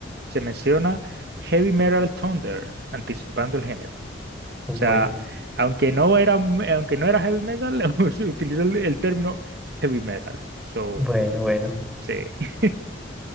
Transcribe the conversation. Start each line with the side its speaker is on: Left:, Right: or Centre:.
Right: Se menciona Heavy Metal Thunder, anticipando el género.
Centre: uy.
Right: O sea, aunque no era, aunque no era heavy metal, <laughs> se utilizó el, el término heavy metal. So,
Centre: Bueno, bueno.
Right: sí. <laughs>